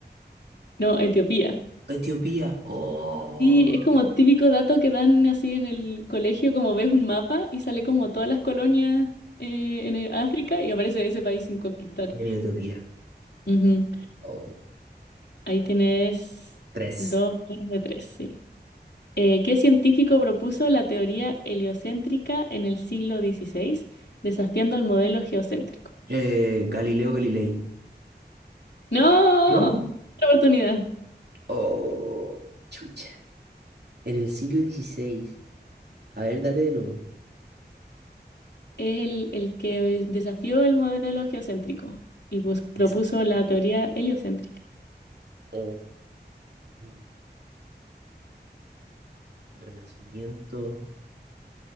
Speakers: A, on the left; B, on the right.
A: No, Etiopía.
B: ¿Etiopía? Oh,
A: Sí, es como típico dato que dan así en el colegio, como ves un mapa y sale como todas las colonias eh, en el- África y aparece ese país sin conquistar.
B: vení, Etiopía.
A: Ujú.
B: Oh,
A: Ahí tienes
B: tres.
A: dos buenas de tres, sí. Eh, ¿qué científico propuso la teoría heliocéntrica en el siglo XVI, desafiando el modelo geocéntrico?
B: Eh, Galileo Galilei.
A: ¡No!
B: ¿No?
A: Otra oportunidad.
B: Oh, chucha. En el siglo dieciséis A ver, dale de nuevo.
A: Es el, el que desafió el modelo geocéntrico y pues, propuso
B: Esa.
A: la teoría heliocéntrica.
B: Oh, mm, el Renacimiento.